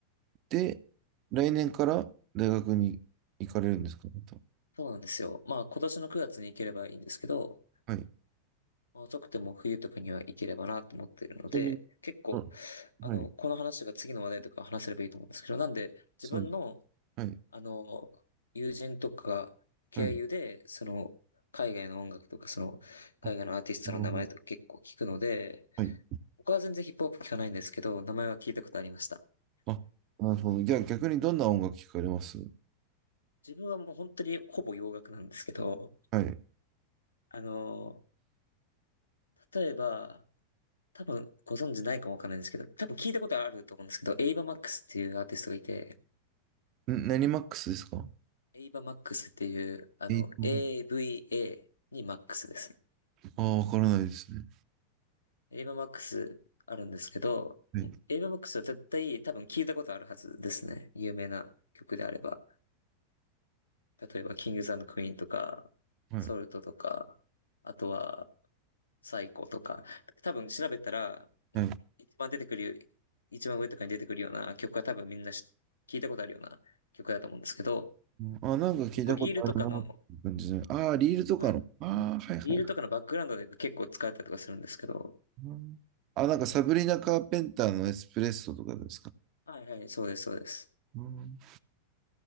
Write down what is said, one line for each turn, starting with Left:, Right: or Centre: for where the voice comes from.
Right: で、来年から大学に行かれるんですか、また。
Left: そうなんですよ。まあ今年の9月に行ければいいんですけど、
Right: はい。
Left: まあ、遅くても冬とかには行ければなと思っているので、
Right: ちなみに、
Left: 結構、
Right: あ、
Left: あの、
Right: はい、
Left: この話が次の話題とか話せればいいと思うんですけど、なんで自分の、
Right: そうです。はい、
Left: あの、友人とか経由で、
Right: はい。
Left: その、海外の音楽とか、その、海外のアーティストの名前とか結構聞くので、
Right: あ、なるほど。はい。
Left: 僕は全然ヒップホップ聞かないんですけど、名前は聞いたことありました。
Right: あ、なるほど。じゃあ逆にどんな音楽聞かれます
Left: 自分はもう本当にほぼ洋楽なんですけど、
Right: はい。
Left: あの、例えば、多分ご存知ないかもわかんないんですけど、多分聞いたことあると思うんですけど、エイバ・マックスっていうアーティストがいて、
Right: ん、何マックスですか
Left: エイバ・マックスっていう、あの、
Right: えっと、
Left: AVA にマックスです。
Right: ああ、わからないですね。
Left: エイバ・マックスあるんですけど、
Right: はい、
Left: エイバ・マックスは絶対多分聞いたことあるはずですね。有名な曲であれば。例えば、キングズクイーンとか、
Right: はい、
Left: ソルトとか、あとは、サイコとか、多分調べたら、
Right: はい。
Left: 一番出てくる、一番上とかに出てくるような曲は多分みんなし聞いたことあるような曲だと思うんですけど、
Right: あ、なんか聞いたことあるなっていう感じで。
Left: 結構リールとかの、
Right: ああ、リールとかの。
Left: あ、
Right: ああ、はいはい
Left: リールとかのバックグラウンドで結構使われたりとかするんですけど、
Right: うん。あ、なんかサブリナ・カーペンターのエスプレッソとかですか。
Left: はいはい、そうです、そうです。
Right: うん。